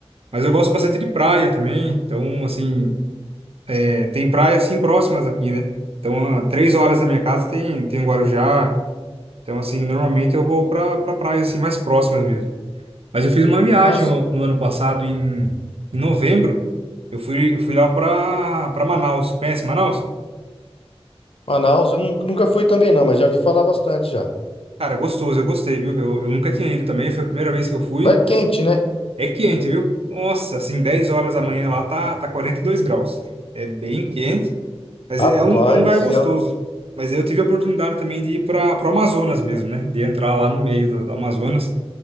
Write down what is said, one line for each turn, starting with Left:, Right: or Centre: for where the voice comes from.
Right: Mas eu gosto bastante de praia também, então, assim, é, tem praias assim próximas aqui, né? Então, a três horas da minha casa tem, tem o Guarujá. Então, assim, normalmente eu vou para pra pra praias assim mais próximas mesmo. Mas eu fiz uma viagem
Left: Nossa,
Right: o- no ano passado, em, em novembro. Eu fui, eu fui lá pra, pra Manaus. Conhece Manaus?
Left: Manaus eu nun- nunca fui também, não, mas já vi falar bastante já.
Right: Cara, gostoso, eu gostei, viu? Eu, eu nunca tinha ido também, foi a primeira vez que eu fui.
Left: Lá é quente, né?
Right: É quente, viu? Nossa, assim, 10 horas da manhã lá tá, tá 42 graus. É bem quente, mas
Left: Rapaz
Right: é, é um, é um lugar
Left: do céu.
Right: gostoso. Mas eu tive a oportunidade também de ir para o Amazonas mesmo, né? De entrar lá no meio do, do Amazonas.